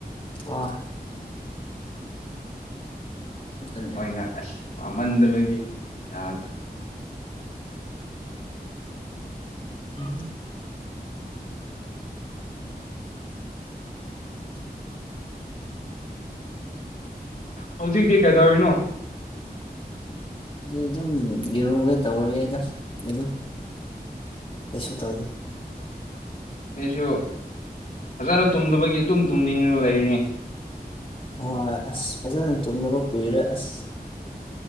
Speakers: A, on the left; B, on the left.
A: ꯑ ꯑꯗꯨꯅꯦ
B: ꯣꯏ ꯑꯣꯏꯅ ꯑꯁ ꯄꯥꯝꯃꯟꯗꯕꯒꯤ ꯌꯥꯗꯣꯏ
A: ꯑꯝ <inaudible>
B: ꯍꯧꯖꯤꯛꯇꯤ ꯀꯩꯗꯧꯔꯤꯅꯣ
A: ꯑꯗꯨꯝ ꯌꯦꯔꯨꯒꯦ ꯇꯧꯔꯨꯏꯗ ꯑꯗꯨꯝ ꯌꯦꯁꯨꯨ ꯇꯥꯎꯗ
B: ꯑꯩꯁꯨ ꯐꯖꯅ ꯇꯨꯝꯗꯕꯒꯤ ꯑꯗꯨꯝ ꯇꯨꯝꯅꯤꯡꯉꯒ ꯂꯩꯔꯤꯅꯤ
A: ꯍꯣꯏ ꯑꯁ ꯐꯖꯅ ꯇꯨꯡꯗꯕꯨ ꯀꯨꯏꯔꯦ ꯑꯁ